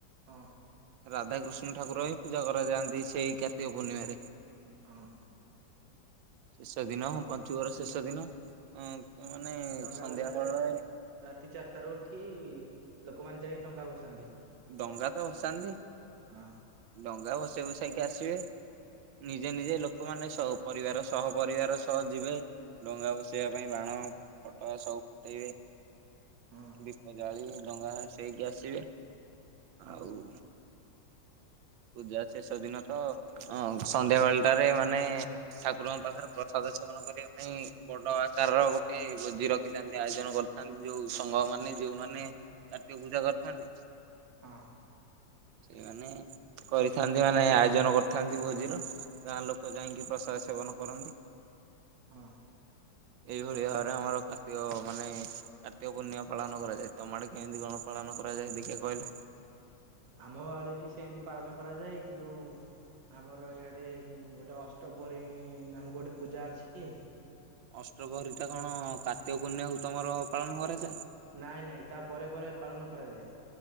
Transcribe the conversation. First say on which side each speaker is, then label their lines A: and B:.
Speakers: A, on the right; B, on the right.
A: ହଁ
B: ରାଧାକୃଷ୍ଣ ଠାକୁର ହିଁ ପୂଜା କରାଯାଆନ୍ତି ସେଇ କାର୍ତିକ ପୂର୍ଣ୍ଣିମାାରେ
A: ହଁ
B: ଶେଷ ଦିନ ହଁ ପଞ୍ଚୁକର ଶେଷ ଦିନ। ମାନେ
A: ଡଙ୍ଗା
B: ସନ୍ଧ୍ୟା
A: ଭସାଯାଏ
B: ବେଳେ
A: ଆଉ ରାତି ଚାରିଟାରୁ ଉଠି ଲୋକମାନେ ଯାଇ ଡଙ୍ଗା ଭସାନ୍ତି।
B: ଡଙ୍ଗା ତ ଭସାନ୍ତି
A: ହଁ
B: ଡଙ୍ଗା ଭସେଇକୁ ସାରିକି ଆସିବେ। ନିଜେ ନିଜେ ଲୋକମାନେ ସ ପରିବାର ସହ ପରିବାର ସହ ଯିବେ। ଡଙ୍ଗା ଭସେଇବା ପାଇଁ ବାଣ ଫଟ ସବୁ ଫୁଟେଇବେ।
A: ହଁ
B: ଦୀପ ଜାଳି ଡଙ୍ଗା ସେଇକି ଆସିବେ
A: ହଁ
B: ଆଉ ପୂଜା ଶେଷ ଦିନ ତ ଅ ସନ୍ଧ୍ୟାବେଳଟାରେ ମାନେ ଠାକୁରଙ୍କ ପାଖରେ ପ୍ରସାଦ ଅ ସେବନ କରିବା ପାଇଁ ବଡ ଆକାର ର ଗୋଟେ ଭୋଜି ରଖିଥାନ୍ତି ଆୟୋଜନ କରିଥାନ୍ତି। ଯୋଉ ସଂଘ ମାନେ ଯୋଉମାନେ କାର୍ତ୍ତିକ ପୂଜା କରିଥାନ୍ତି।
A: ହଁ
B: ସେଇମାନେ। କରିଥାନ୍ତି ମାନେ ଆୟୋଜନ କରିଥାନ୍ତି ଭୋଜିର ଗାଁ ଲୋକ ଯାଇକି ପ୍ରସାଦ ସେବନ କରନ୍ତି।
A: ହଁ
B: ଏଇଭଳି ଭାବରେ ଆମର କାର୍ତିକ ମାନେ କାର୍ତିକ ପୂର୍ଣ୍ଣିମା ପାଳନ କରାଯାଏ ତମ ଆଡେ? କେମିତି ଗଣ ପାଳନ କରାଯାଏ ଦେଖିଆ କହିଲ।
A: ଆମ ଆଡେ ବି ସେମତି ପାଳନ କରାଯାଏ କିନ୍ତୁ ଆମର ଇଆଡ଼େ ଗୋଟେ ଅଷ୍ଟପ୍ରରୀ ନାମକ ଗୋଟେ ପୂଜା ଅଛି।
B: ଅଷ୍ଟପହରୀ ଟା କଣ କାର୍ତିକ ପୂର୍ଣ୍ଣିମାକୁ ତମର ପାଳନ କରାଯାଏ।
A: ନାଇଁ ନାଇଁ ତା ପରେ ପରେ ପାଳନ କରାଯାଏ।